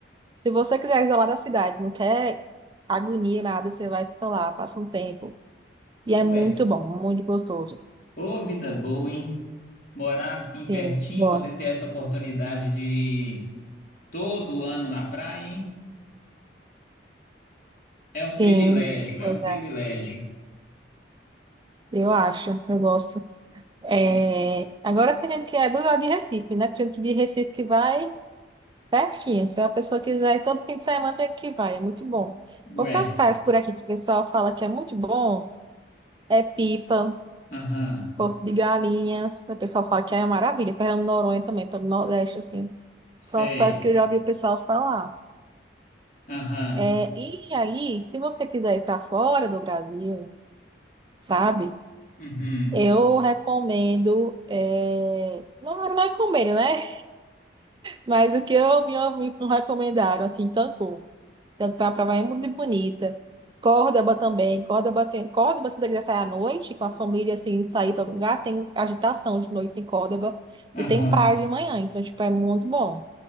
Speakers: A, on the right; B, on the left.
A: se você quiser isolar da cidade, não quer agonia, nada, você vai ficar lá, passa um tempo. E é
B: Ué,
A: muito bom, muito gostoso.
B: ô, vida boa, hein? Morar assim
A: Sim,
B: pertinho,
A: muito bom.
B: poder ter essa oportunidade de ir todo ano na praia, hein? É
A: Sim,
B: um privilégio,
A: pois
B: é um privilégio.
A: é, eu acho, eu gosto. É,
B: É,
A: agora tem gente que é do lado de Recife, né? Tem gente que de Recife que vai pertinho. Se é uma pessoa quiser, ir todo fim de semana tem gente que vai, é muito bom.
B: Ué,
A: Outras praias por aqui que o pessoal fala que é muito bom é Pipa,
B: aham,
A: Porto de Galinhas. O pessoal fala que é uma maravilha. Fernando de Noronha também, pelo Nordeste, assim.
B: sei.
A: São as praias que eu já ouvi o pessoal falar.
B: Aham.
A: É, e aí, se você quiser ir para fora do Brasil, sabe?
B: Uhum.
A: Eu recomendo. é, Não, não recomendo, né? Mas o que eu me ouvi me recomendaram, assim, Cancún. Então, a praia é muito bonita. Córdoba também, Córdoba tem... Córdoba, se você quiser sair à noite com a família, assim, sair para algum lugar, tem agitação de noite em Córdoba e
B: Aham.
A: tem praia de manhã, então, tipo, é muito bom.